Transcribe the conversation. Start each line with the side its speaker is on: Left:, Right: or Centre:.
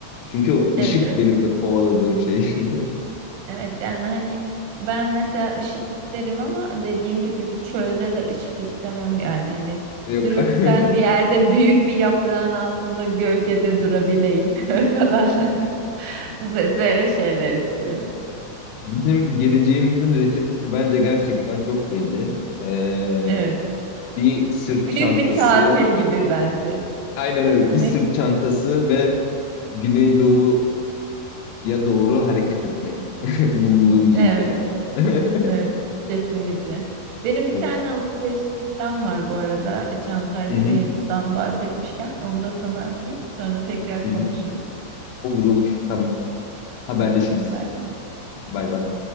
Left: Çünkü o
Right: evet
Left: ışık
Right: evet.
Left: benim de kovaladığım şey. <laughs>
Right: Evet yani hani ben mesela ışık isterim ama dediğin gibi bir çölde de ışık istemem yani hani
Left: Yok.
Right: tropikal
Left: <laughs>
Right: bir yerde büyük bir yaprağın altında gölgede durabileyim <laughs> falan. <laughs> Bö- Böyle şeyler istiyorum.
Left: Bizim geleceğimizin reçetesi bence gerçekten çok belli. Ee,
Right: Evet.
Left: bir sırt
Right: Büyük
Left: çantası,
Right: bir tatil gibi bence.
Left: aynen öyle. Bir
Right: Ne?
Left: sırt çantası ve Güneydoğuya doğru hareket etmek <laughs> bulunduğumuz
Right: Evet,
Left: ülkeden. <laughs>
Right: evet kesinlikle. Benim bir
Left: Ol-
Right: tane alışveriş listem var bu arada. E, Çantadan
Left: Hı hı,
Right: bahsetmişken onu da sana atayım. Sonra tekrar
Left: hı
Right: konuşuruz.
Left: hı. Olur olur. Tamam. Haberleşiriz.
Right: Tamam, hadi bay bay.
Left: Bay bay.